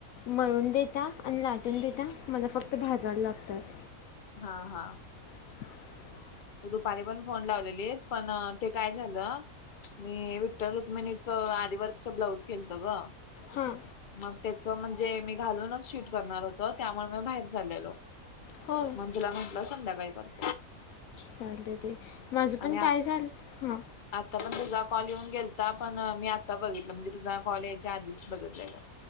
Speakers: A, on the left; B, on the left.
A: मळून देत्या आणि लाटून देत्या, मला फक्त भाजायला लागत्यात.
B: हा हा.
A: <inaudible>
B: दुपारी पण फोन लावलेलीस पण ते काय झालं, मी विठ्ठल रुक्मिणीचं अरी वर्क च ब्लाऊज केलतो गं
A: हां.
B: मग त्येच म्हणजे, मी घालूनच शूट करणार होतो त्यामुळं मी भाईर चाललेलो.
A: होय
B: म्हणून तुला म्हंटलं संध्याकाळी करतो.
A: चालतय ते, माझं पण
B: आणि
A: काय
B: आ
A: झालं, हा
B: आता पण तुझा कॉल येऊन गेलता, पण आता बघितलं, म्हणजे तुझा कॉल यायच्या आधीच बघितल्याल.